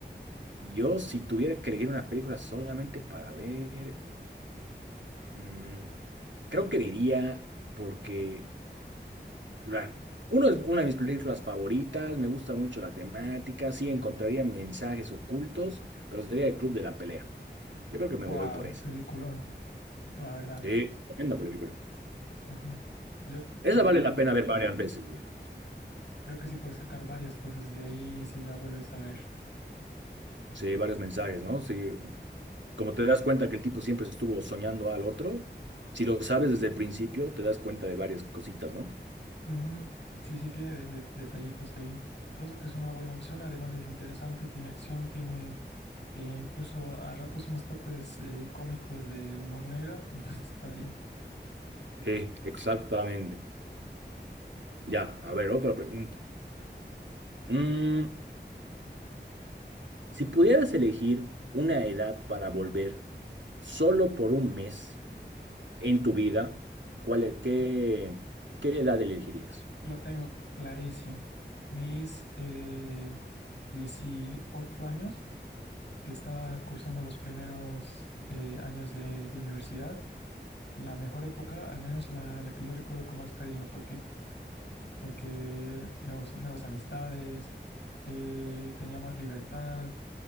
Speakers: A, on the right (about 80°); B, on the left (about 70°).
A: Yo, si tuviera que elegir una película solamente para ver... mm, Creo que diría porque, ah, uno es una de mis películas favoritas, me gusta mucho la temática, sí encontraría mensajes ocultos, pero sería el Club de la Pelea. Yo creo que me
B: Wow,
A: voy por esa.
B: peliculón, la verdad.
A: Sí, tremenda película.
B: Ujú. Yo
A: Esa
B: eh,
A: vale la pena ver varias veces, digamos.
B: creo que sí puedes sacar varias cosas de ahí si la vuelves a ver.
A: Sí, varios mensajes, ¿no? Sí, como te das cuenta que el tipo siempre estuvo soñando al otro, si lo sabes desde el principio, te das cuenta de varias cositas, ¿no?
B: Ujú. Sí, sí, tiene de- de- detallitos ahí. Pienso que es una buena opción, además es interesante, tiene acción, tiene eh, incluso a ratos unos toques eh, cómicos de humor negro, <laughs> entonces está bien.
A: Sí, exactamente. Ya, a ver, otra pregunta. Mm, Si pudieras elegir una edad para volver solo por un mes en tu vida, ¿cuál, e- qué, qué edad elegirías?
B: Lo tengo clarísimo. Mis eh, 18 años, que estaba cursando los primeros eh, años de, de universidad, la mejor época, al menos la, la que yo recuerdo con más cariño, porque porque nuevos, nuevas amistades, eh, tenía más libertad,